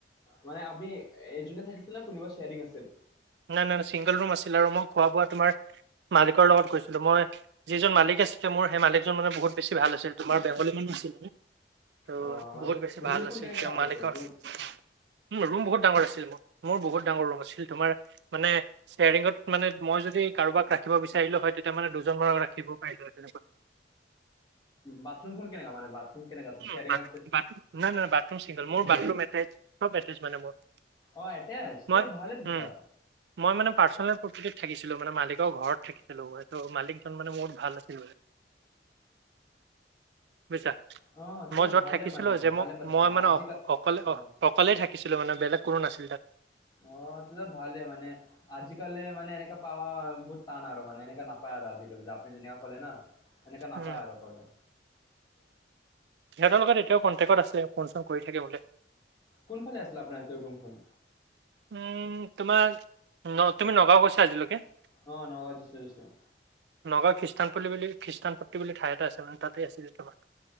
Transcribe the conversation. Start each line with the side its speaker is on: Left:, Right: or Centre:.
Left: মানে আমি এই জোনে থাকিছিল ন কোনোবা চেয়াৰিং আছিল।
Right: নাই-নাই-নাই ছিংগল ৰুম আছিল আৰু মই খোৱা বোৱা তোমাৰ মালিকৰ লগত কৈছিলো মই। যিজন মালিক আছিলে মোৰ সেই মালিকজন মানে বহুত বেছি ভাল আছিল তোমাৰ বেংগলী মানুহ আছিল। ত'
Left: অ মানে
Right: বহুত বেছি
Left: ৰুম
Right: ভাল
Left: কোন
Right: আছিল
Left: কেনেকা
Right: তেওঁ
Left: ডাঙৰ
Right: মালিকৰ
Left: আছিল ৰুম
Right: ৰুম বহুত ডাঙৰ আছিল মোৰ। মোৰ বহুত ডাঙৰ ৰুম আছিল তোমাৰ মানে। শ্বেয়াৰিঙত মানে মই যদি কাৰোবাক ৰাখিব বিচাৰিলো হয়, তেতিয়া মানে দুজন মান ৰাখিব পাৰিলো হয় তেনেকুৱা।
Left: বাথৰুম খন কেনেকা মানে বাথৰুম। কেনেকা আছিল
Right: ন
Left: শ্বেয়াৰিং
Right: না বাথ-বাথৰুম
Left: আছিল
Right: চিংগল মোৰ এতেছ-এতেচ মানে মোৰ।
Left: অ, এটাচ
Right: মই
Left: তই ভালেই দুতা।
Right: উম, মই মানে পাৰ্চনেল প্ৰপাৰ্টিত থাকিছিলো মান মালিকৰ ঘৰত থাকিছিলো ত মালিকজন মানে বহুত ভাল আছিল। বুজিছা।
Left: অ তেতিয়া
Right: মই য'ত
Left: ভালে
Right: থাকিছিলোঁ
Left: মানে
Right: যে
Left: ভালে
Right: মই
Left: পাইছো
Right: মই মানে
Left: আজিকাল
Right: অঁ অকলে
Left: অ
Right: অঁ অকলেই থাকিছিলোঁ মানে বেলেগ কোনো নাছিল তাত।
Left: অ, এতিয়া ভালে মানে আজিকালি মানে এনেকা পাৱা বহুত টান আৰু মানে এনেকা নাপ পায় আৰু আজিকালি যে আপুনি যেনেকে কলে না সেনেককা নাপায়
Right: উম,
Left: আৰু কলে
Right: সিহঁতৰ লগত এতিয়াও কণ্টেক্টত আছে, ফোনচোন কৰি থাকে বোলে।
Left: কোনফালে আছিল আপোনাৰ ৰুমখন?
Right: উম, তোমাৰ ন তুমি নগাঁও গৈছা আজিলৈকে?
Left: অ, নগাঁও গেইচিলো-গেইছিলোঁ।
Right: নগাঁও খ্ৰীষ্টানপ্ল বুলি খ্ৰীষ্টানপ্ট বুলি ঠাই এটা আছে মে তাতে আছিলে তোমাক।